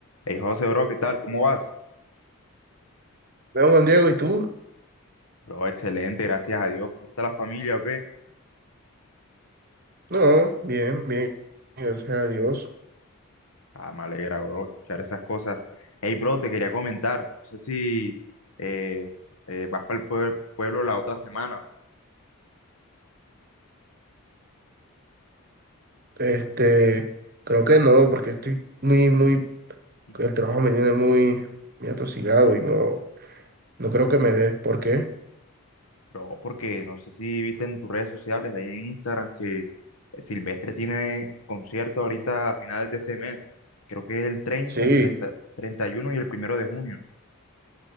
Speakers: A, on the left (about 75°); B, on the right (about 45°).
A: Hey José, bro, ¿qué tal? ¿Cómo vas?
B: Bueno, Juan Diego, ¿y tú?
A: Bro, excelente, gracias a Dios. ¿Cómo está la familia o qué?
B: No, bien, bien, gracias a Dios.
A: Ah, me alegra, bro, escuchar esas cosas. Hey, bro, te quería comentar. No sé si eh, eh, vas para el pueblo la otra semana. <clears throat>
B: Este, creo que no, porque estoy muy, muy,
A: Mm,
B: el trabajo me tiene muy, muy atosigado y no, no creo que me dé. ¿Por qué?
A: Bro, porque no sé si viste en tus redes sociales, ahí en Instagram, que eh, Silvestre tiene concierto ahorita a finales de este mes. Creo que es el 30,
B: Sí,
A: el 30, 31 y uno y el primero de junio.